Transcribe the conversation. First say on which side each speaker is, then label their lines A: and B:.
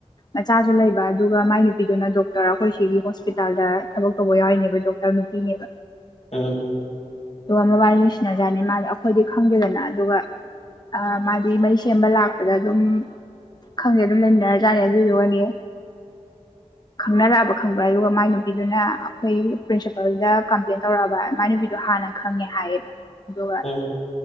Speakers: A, on the left; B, on the left.
A: ꯃꯆꯥꯁꯨ ꯂꯩꯕ ꯑꯗꯨꯒ ꯃꯥꯏ ꯅꯨꯄꯤꯗꯨꯅ ꯗꯣꯛꯇꯔ ꯑꯩꯈꯣꯏ ꯁꯤꯒꯤ ꯍꯣꯁꯄꯤꯇꯥꯜꯗ ꯊꯕꯛ ꯇꯧꯕ ꯌꯥꯎꯔꯤꯅꯦꯕ ꯗꯣꯛꯇꯔ ꯅꯨꯄꯤꯅꯦꯕ
B: ꯎꯝ
A: ꯑꯗꯨꯒ ꯃꯣꯕꯥꯏꯜ ꯂꯣꯏꯁꯤꯟꯅꯖꯥꯠꯅꯤ ꯃꯥꯗꯤ ꯑꯩꯈꯣꯏꯗꯤ ꯈꯪꯗꯦꯗꯅ ꯑꯗꯨꯒ ꯑ ꯃꯥꯗꯤ ꯃꯩ ꯁꯦꯝꯕ ꯂꯥꯛꯄꯗ ꯑꯗꯨꯝ ꯈꯪꯗꯦ ꯑꯗꯨꯝ ꯂꯩꯃꯤꯟꯅꯔꯖꯥꯠꯅꯦ ꯑꯗꯨꯗꯨꯒꯅꯦ
B: <unintelligible>
A: ꯈꯪꯅꯔꯛꯑꯕ ꯈꯪꯕ꯭ꯔꯥ ꯑꯗꯨꯒ ꯃꯥꯏ ꯅꯨꯄꯤꯗꯨꯅ ꯑꯩꯈꯣꯏ ꯄ꯭ꯔꯤꯟꯁꯤꯄꯜꯗ ꯀꯝꯄ꯭ꯂꯦꯟ ꯇꯧꯔꯛꯑꯕ ꯃꯥꯏ ꯅꯨꯄꯤꯗꯣ ꯍꯥꯟꯅ ꯈꯪꯉꯦ ꯍꯥꯏꯌꯦꯕ ꯑꯗꯨꯒ
B: ꯎꯝ